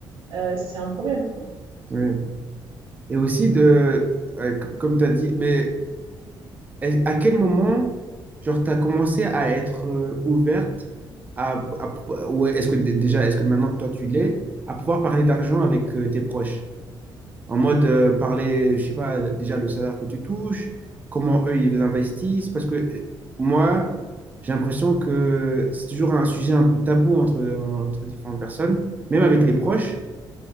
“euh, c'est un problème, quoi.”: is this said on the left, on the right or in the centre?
Right